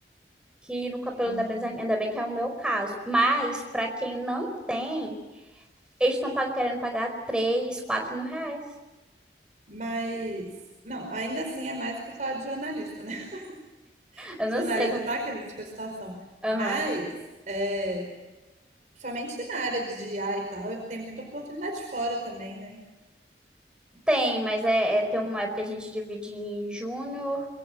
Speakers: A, in the centre; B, on the right (about 45°).
A: Que no cabelo
B: Hum.
A: ainda bem, ainda bem que é o meu caso. Mas para quem não tem, eles estão pag- querendo pagar 3, 4 mil reais.
B: Mas, não, ainda assim é mais que o salário de jornalista, né? <laughs>
A: Eu não
B: Jornalista
A: sei.
B: tá crítica a situação.
A: Aham.
B: Mas, é, principalmente na área de IA e tal, tem muita oportunidade fora também, né?
A: Tem, mas é, é- tem uma época que a gente divide em júnior,